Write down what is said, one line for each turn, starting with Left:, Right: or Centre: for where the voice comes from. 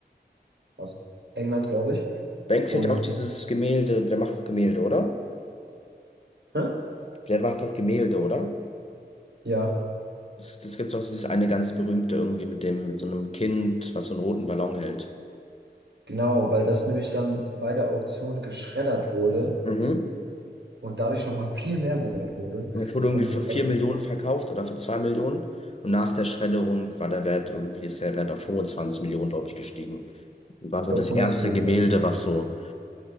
Right: aus England, glaube ich.
Left: Banksy
Right: Und
Left: hat ja auch dieses Gemälde, der macht auch Gemälde, oder?
Right: Hä?
Left: Der macht auch Gemälde, oder?
Right: ja,
Left: Das, das gibt's auch dieses eine ganz berühmte irgendwie mit dem, mit so einem Kind, was so einen roten Ballon hält.
Right: genau, weil das nämlich dann bei der Auktion geschreddert wurde
Left: Mhm.
Right: und dadurch nochmal viel mehr wert wurde.
Left: Und es wurde irgendwie
Right: Und
Left: für 4
Right: also
Left: Millionen verkauft oder für 2 Millionen. Und nach der Schredderung war der Wert irgendwie, ist der Wert auf 25 Millionen, glaube ich, gestiegen. War
Right: Ich
Left: so
Right: glaube
Left: das
Right: 125.
Left: erste Gemälde, was so